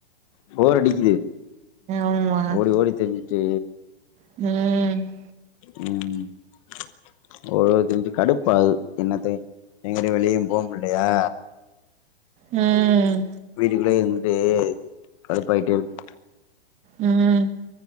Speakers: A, on the left; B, on the right.
A: போரடிக்குது.
B: ஆமா
A: ஓடி ஓடி திரிஞ்சுட்டு
B: ம்.
A: ம். <unintelligible> தின்ட்டு கடுப்பாகுது என்னத்த எங்கிட்டியு வெளியும் போமுல்லையா
B: ம் ம்.
A: வீட்டுகுள்ளயே இருந்துட்டு கடுப்பாய்ட்டேருக்கு.
B: ம்